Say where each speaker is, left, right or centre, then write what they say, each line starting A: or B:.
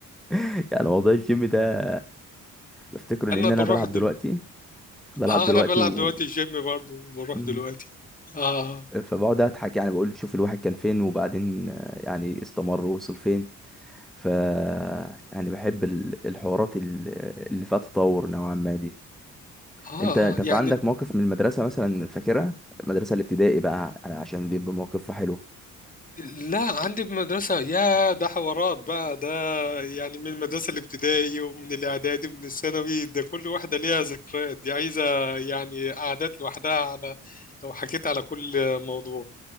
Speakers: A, in the centre; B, on the left.
A: <laughs> يعني موضوع الجيم ده بفتكره
B: انا
A: لان
B: بروح
A: انا بلعب
B: دل...
A: دلوقتي بلعب
B: اه
A: دلوقتي
B: انا بلعب
A: و
B: دلوقتي جيم برضو بروح
A: مم.
B: دلوقتي آه
A: فبقعد اضحك يعني بقول شوف الواحد كان فين وبعدين آه، يعني استمر ووصل فين ف يعني بحب ال- الحوارات ال- اللي فيها تطور نوعا ما دي
B: آه
A: انت انت
B: يعني
A: في عندك موقف من المدرسة مثلا فاكرها المدرسة الابتدائي بقى يعني عشان بيبقى موقفها حلو
B: لا عندي بمدرسة يا ده حوارات بقى ده يعني من المدرسة الابتدائي ومن الإعدادي ومن الثانوي ده كل واحدة ليها ذكريات دي عايزة يعني قعدات لوحدها على لو حكيت على كل موضوع